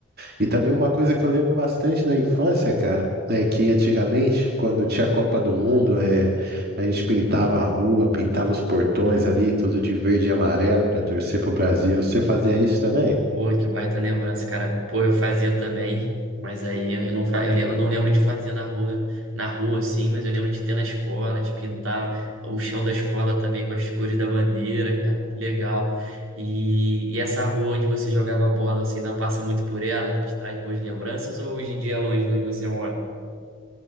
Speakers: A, on the right (about 50°); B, on the right (about 85°).
A: E também uma coisa que eu lembro bastante da infância, cara, é que antigamente, quando tinha a Copa do Mundo, é, a gente pintava a rua, pintava os portões ali, tudo de verde e amarelo pra torcer pro Brasil. Você fazia isso também?
B: Pô, que baita lembrança, cara. Pô, eu fazia também, mas aí eu não, fa... eu lem- eu não lembro de fazer na rua, na rua, assim, mas eu lembro de ter na escola, de pintar o chão da escola também com as cores da bandeira, cara. Que legal. E, e essa rua onde você jogava bola, você ainda passa muito por ela? Te traz boas lembranças ou hoje em dia é longe de onde você mora?